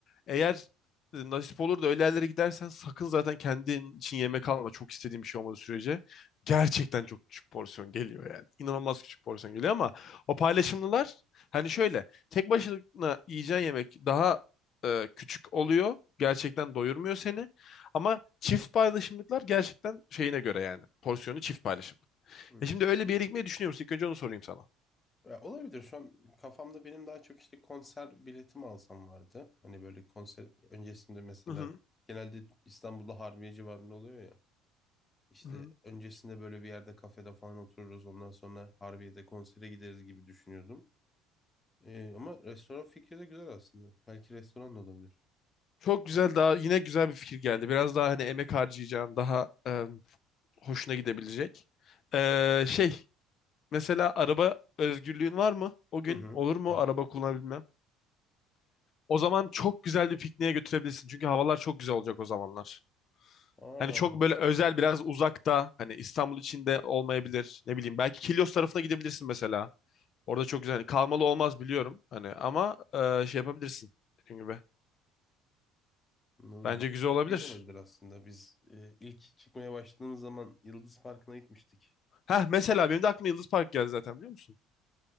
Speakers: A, on the left (about 40°); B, on the left (about 15°).
A: eğer e, nasip olur da öyle yerlere gidersen sakın zaten kendin için yemek alma. Çok istediğim bir şey olmadığı sürece gerçekten çok küçük porsiyon geliyor yani. İnanılmaz küçük porsiyon geliyor ama o paylaşımlılar hani şöyle tek başına yiyeceğin yemek daha e, küçük oluyor. Gerçekten doyurmuyor seni. Ama çift paylaşımlıklar gerçekten şeyine göre yani. Porsiyonu çift paylaşımlık.
B: Hı.
A: E şimdi öyle bir yere gitmeyi düşünüyor musun? İlk önce onu sorayım sana.
B: Ya olabilir. Şu an kafamda benim daha çok işte konser biletimi alsam vardı. Hani böyle konser öncesinde mesela
A: Hı hı.
B: genelde İstanbul'da Harbiye civarında oluyor İşte
A: hı hı.
B: öncesinde böyle bir yerde kafede falan otururuz. Ondan sonra Harbiye'de konsere gideriz gibi düşünüyordum. Ee, ama restoran fikri de güzel aslında. Belki restoran da olabilir.
A: Çok güzel daha yine güzel bir fikir geldi. Biraz daha hani emek harcayacağın daha e, hoşuna gidebilecek. E, şey mesela araba özgürlüğün var mı? O gün
B: Hı hı.
A: olur mu
B: Var.
A: araba kullanabilmem? O zaman çok güzel bir pikniğe götürebilirsin. Çünkü havalar çok güzel olacak o zamanlar.
B: Aa,
A: Hani çok böyle özel biraz uzakta hani İstanbul içinde olmayabilir. Ne bileyim belki Kilyos tarafına gidebilirsin mesela. Orada çok güzel. Hani Kalmalı olmaz biliyorum hani ama e, şey yapabilirsin dediğim gibi.
B: anladım.
A: Bence
B: Belki
A: güzel
B: de
A: olabilir.
B: şey de olabilir aslında. Biz e, ilk çıkmaya başladığımız zaman Yıldız Parkı'na gitmiştik.
A: Heh mesela benim de aklıma Yıldız Park geldi zaten biliyor musun?